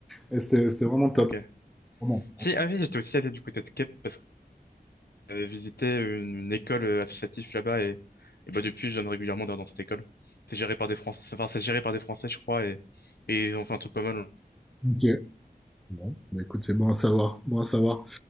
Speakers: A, in the centre; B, on the left.
A: et c'était c'était vraiment top.
B: Ok.
A: Vraiment.
B: Si, ah oui, j'étais aussi allé du côté de Cape parce que j'avais visité une, une école euh, associative là-bas et, et bah depuis, je donne régulièrement dans, dans cette école. C'est géré par des Français, enfin, c'est géré par des Français, je crois, et, et ils ont fait un truc pas mal.
A: Ok. Bon, bah écoute, c'est bon à savoir. Bon à savoir.